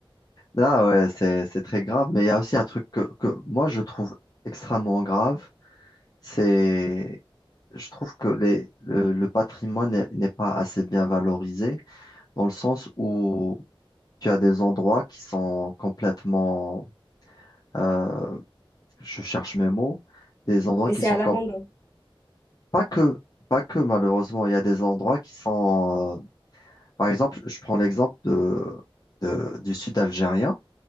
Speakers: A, on the left; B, on the left.
A: Ah ouais, c'est, c'est très grave. Mais il y a aussi un truc que, que moi, je trouve extrêmement grave. C'est, je trouve que les, le, le patrimoine n'est n'est pas assez bien valorisé dans le sens où tu as des endroits qui sont complètement euh, je cherche mes mots, des endroits
B: Laissé
A: qui sont
B: à
A: comme,
B: l'abandon.
A: pas que, pas que malheureusement, il y a des endroits qui sont, euh, par exemple, je prends l'exemple de, de- du sud algérien.